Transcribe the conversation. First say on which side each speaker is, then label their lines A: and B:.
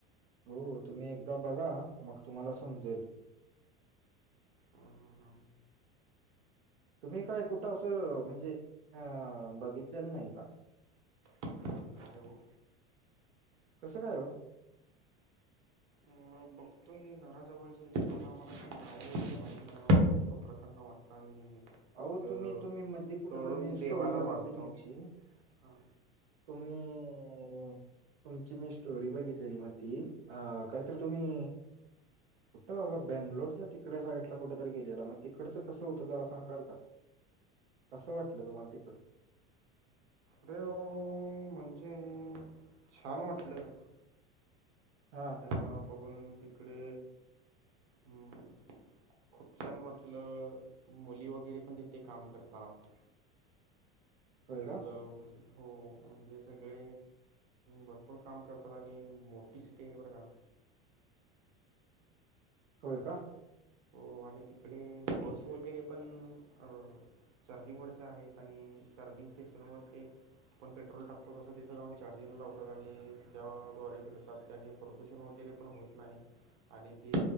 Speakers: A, on the right; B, on the right.
A: हो तुम्ही एकदा बघा मग तुम्हाला समजेल.
B: हां हां हां
A: तुम्ही काय कुठं? असं म्हणजे अ बघितलेलं नाही का?
B: <inaudible> नाही हो
A: कसं काय ओ?
B: अ बघतो मी घराजवळचे य आम्हाला काही नावं वगैरे माहित नाही आम्हाला बघतो प्रसन्न वाटत आणि
A: आओ
B: अ,
A: तुम्ही तुम्ही मध्ये कुठ
B: तोडून
A: तर मी
B: देवाला
A: स्टोरी बघितली
B: वाहतो
A: तुमची
B: हां
A: तुम्ही... तुमची मी स्टोरी बघितलेली मधी अ कायतर
B: हां
A: तुम्ही कुठं बाबा बंगलोरच्या तिकड साईडला कुठेतरी गेलेला मग तिकडचं कसं होत जरि सांगाला का? कसं वाटलं तुम्हाला तिकडं?
B: रेव म्हणजे छान वाटलं
A: <inaudible>
B: त्यां बघून तिकडे हमम खूप छान म्हटलं मुली वगैरे पण तिथे काम करतात.
A: होय का?
B: मुलं मुली हो म्हणजे सगळे भरपूर काम करतात आणि मोठी सिटी आहे बघा
A: होय काय
B: हो आणि तिकडे बस वगैरे पण अ चार्जिंग वरचे आहेत आणि चार्जिंग स्टेशनवरर ते आपण पेट्रोल टाकतो तसं तिथे जाऊन चार्जिंगला लावतात आणि त्याद्वारे फिरतात त्याने. प्रदूषण वगैरे पण होत नाही आणि ती